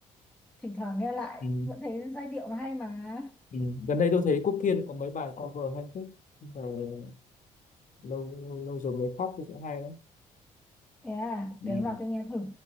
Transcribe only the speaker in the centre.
thỉnh thoảng nghe lại
vẫn thấy giai điệu nó hay mà
thế à
để hôm nào tôi nghe thử